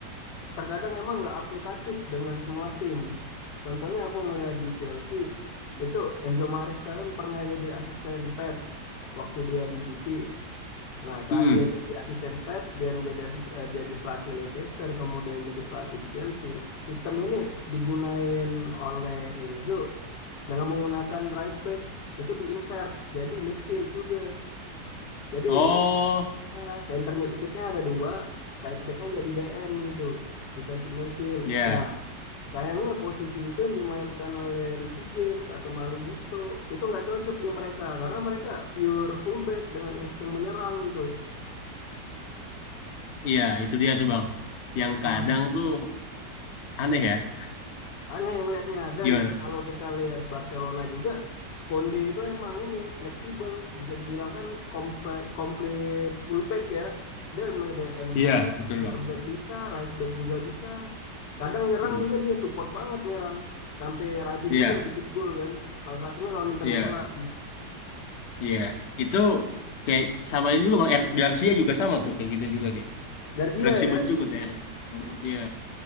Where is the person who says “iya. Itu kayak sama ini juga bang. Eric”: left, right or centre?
Left